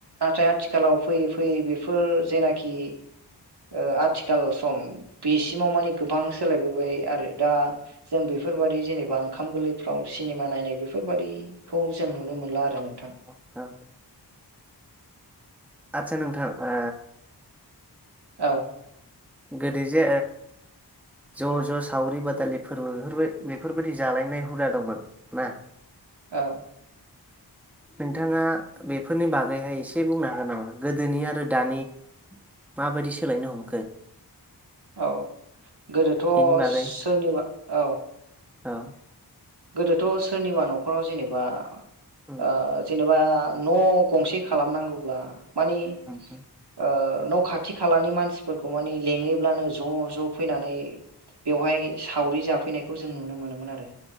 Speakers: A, on the right; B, in the centre.
A: थाय आथिखालाव फैयै फैयै बेफोर जेनाखि ओ आथिखाल सम बेसिमाव माने गोबां सोलायबोबाय आरो दा जों बेफ फोरबादि जेनेबा ओंखाम गोरलैफ्राव सिनेमा नायनाय बेफोरबादिखौ जों नुनो मोनला आरो नों
B: <unintelligible> आदसा नोंथां ओ
A: औ
B: गोदो जे ओ ज' ज' सावरि बादालि फोरबो बेफोरबाय बेफोरबायदि जालायनाय हुदा दंमोन ना?
A: औ
B: नोंथाङा बेफोरनि बागैहाय एसे बुंनो हागोन नामा गोदोनि आरो दानि माबायदि सोलायनो हमखो?
A: औ गोदोथ'
B: बेनि बागै
A: सोरनिबा औ।
B: औ
A: गोदोथ' सोरनिबा न'खराव जेनेबा
B: उम
A: ओ जे एबा न' गंसे खालामनांगौब्ला माने ओ
B: औ
A: न' खाथि खालानि मानसिफोरखौ माने लिङोब्लानो ज' ज' फैनानै बेवहाय सावरि जाफैनायखौ जों नुनो मोनोमोन आरो।